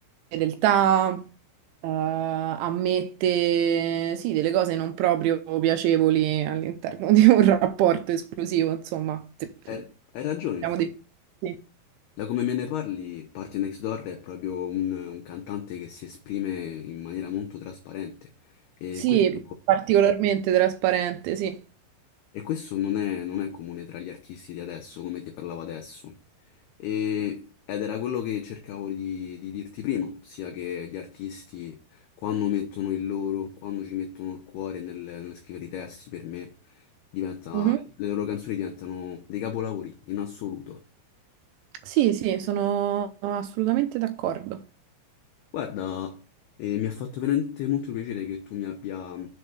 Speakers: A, on the right; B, on the left.
A: fedeltà, eh, ammette, sì, delle cose non proprio piacevoli all'interno di un rapporto esclusivo, insomma. Se-
B: Eh, Hai, ragione,
A: Diciamo
B: infatti.
A: di... Sì,
B: Da come me ne parli, Party Next Door è proprio un, un cantante che si esprime in maniera molto trasparente. E
A: Sì,
B: questo
A: particolarmente trasparente, sì.
B: E questo non è, non è comune tra gli artisti di adesso, come ti parlavo adesso. E- ed era quello che cercavo di, di dirti prima, ossia che gli artisti, quando mettono il loro, quando ci mettono il cuore nel, nel scrivere i testi, per me, diventa,
A: Mhm.
B: Sì. le loro canzoni diventano dei capolavori in assoluto.
A: Sì, sì, sono assolutamente d'accordo.
B: Guarda, eh, mi ha fatto veramente molto piacere che tu mi abbia